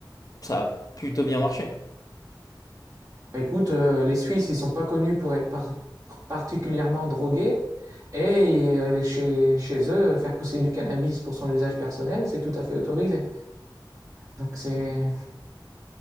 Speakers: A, on the left; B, on the right.
A: ça a plutôt bien marché.
B: Bah, écoute, euh, les Suisses, ils sont pas connus pour être par- particulièrement drogués, et euh, chez, chez eux, faire pousser du cannabis pour son usage personnel, c'est tout à fait autorisé. Donc c'est...